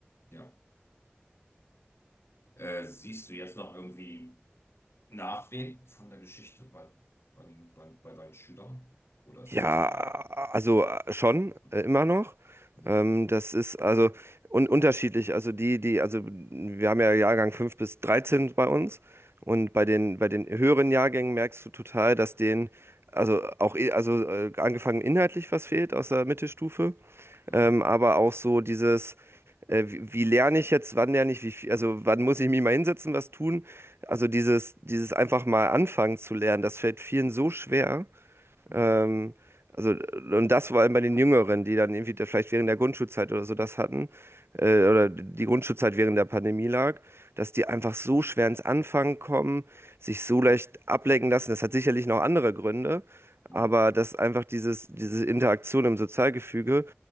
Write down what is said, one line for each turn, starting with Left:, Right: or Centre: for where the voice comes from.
Left: ja. Äh, siehst du jetzt noch irgendwie Nachwehen von der Geschichte bei, bei, den, bei, bei deinen Schülern? Oder ist
Right: Ja,
Left: das Thema
Right: also äh, schon,
Left: hm,
Right: äh, immer noch.
Left: hm,
Right: Ähm, das ist also un unterschiedlich. Also die, die, also wir haben ja Jahrgang 5 bis 13 bei uns. Und bei den, bei den höheren Jahrgängen merkst du total, dass denen, also auch, eh- also äh, angefangen inhaltlich was fehlt aus der Mittelstufe,
Left: hm,
Right: ähm, aber auch so dieses, äh, wie, wie lerne ich jetzt, wann lerne ich, wie viel, also wann muss ich mich mal hinsetzen, was tun? Also dieses, dieses einfach mal anfangen zu lernen, das fällt vielen so schwer.
Left: hm,
Right: Ähm, also, und das vor allem bei den Jüngeren, die dann irgendwie da vielleicht während der Grundschulzeit oder so das hatten, äh, oder die Grundschulzeit während der Pandemie lag, dass die einfach so schwer ins Anfangen kommen, sich so leicht ablenken lassen. Das hat sicherlich noch andere Gründe,
Left: hm,
Right: aber dass einfach dieses, diese Interaktion im Sozialgefüge